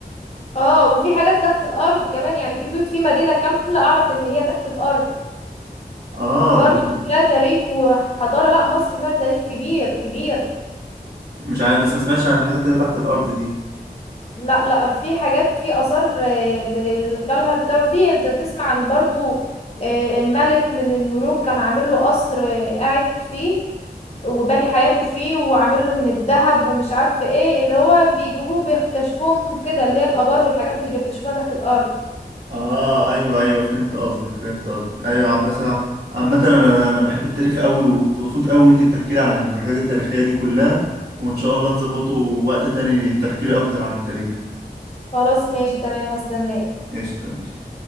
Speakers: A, on the left; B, on the right.
A: اه وفي حاجات تحت الأرض كمان يعني في بيوت في مدينة كاملة أعرف ان هي تحت الأرض
B: اه
A: برضو
B: بس
A: كلها تاريخ وحضارة لا مصر فيها تاريخ كبير كبير
B: مش عارف بس ما سمعتش عن الحاجات اللي تحت الأرض دي
A: لا لا في حاجات في آثار آه، ب- اللي كلها بتاعه في انت تسمع عن برضو آه، ملك من الملوك كان عامل له قصر آه، قاعد فيه وبني حياته فيه وعامل له من الذهب ومش عارفه ايه اللي هو بيجيبوهم بيكتشفوهم كده اللي هي الآبار والحاجات اللي بيكتشفوها تحت الأرض
B: اه ايوه ايوه فهمت قصدك فهمت قصدك ايوه عم بس أنا- عامة انا انا بحب التاريخ قوي وكنت مبسوط قوي وانتي بتحكي لي عن الحاجات التاريخية دي كلها وان شاء الله نظبطه وقت تاني تحكي لي اكتر عن التاريخ
A: خلاص ماشي تمام هستناه
B: قشطة ماشي